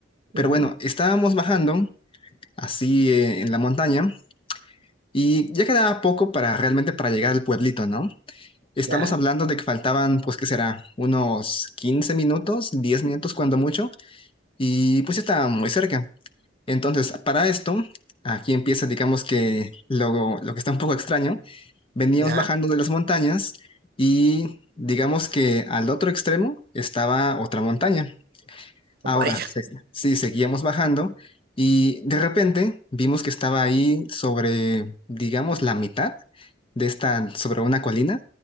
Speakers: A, on the right; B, on the left.
A: Ujú,
B: Pero bueno, estábamos bajando así eh, en la montaña. Y ya quedaba poco para realmente para llegar al pueblito, ¿no? Estamos
A: Ya,
B: hablando de que faltaban, pues, ¿qué será? Unos 15 minutos, 10 minutos cuando mucho, y pues ya estaba muy cerca. Entonces, para esto, aquí empieza, digamos que lo, lo que está un poco extraño, veníamos
A: ya,
B: bajando de las montañas y digamos que al otro extremo estaba otra montaña. Ahora,
A: oh, vaya,
B: se- sí, seguíamos bajando y de repente vimos que estaba ahí sobre, digamos, la mitad de esta, sobre una colina.